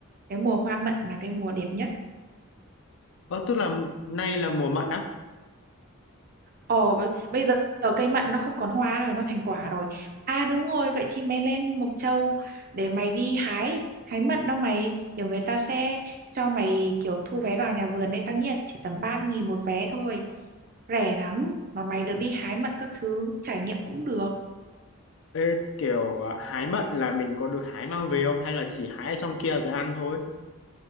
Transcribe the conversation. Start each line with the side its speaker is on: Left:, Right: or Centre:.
Right: cái mùa hoa mận là cái mùa đẹp nhất
Left: ờ tức là nay là mùa mận á
Right: ồ bây bây giờ ở cây mận nó không còn hoa rồi nó thành quả rồi à đúng rồi vậy thì mày lên Mộc Châu để mày đi hái hái mận đó mày kiểu người ta sẽ cho mày kiểu thu vé vào nhà vườn đấy tao nghĩ là chỉ tầm ba nghìn một vé thôi rẻ lắm mà mày được đi hái mận các thứ trải nghiệm cũng được
Left: Ê, kiểu à, hái mận là mình có được hái mang về không hay là chỉ hái ở trong kia rồi ăn thôi